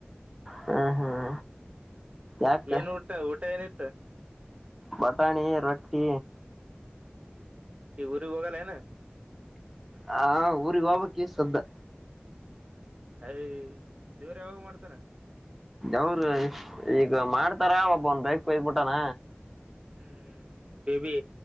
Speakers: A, in the centre; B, on the right.
A: ಹ್ಮ್ ಹ್ಮ್ ಯಾಕ
B: ಏನ್ ಊಟ ಊಟ ಏನಿತ್ತ
A: ಬಟಾಣಿ ರೊಟ್ಟಿ
B: ಈ ಗುರಿ ಹೋಗಲನೆ
A: ಹಾ ವಾವ ಕೇಸ್ ಅಂತೆ
B: ಅಯ ದೇವ್ ಯಾವಾಗ ಮಾಡ್ತಾರ
A: ಯವರು ಈಗ ಮಾಡ್ತಾರ ಒಬ್ಬ ಒನ್ ಬೇಕ್ ಬಯಬಿಟ್ಟಾನ
B: ಹ್ಮ್ ಬ ಬಿ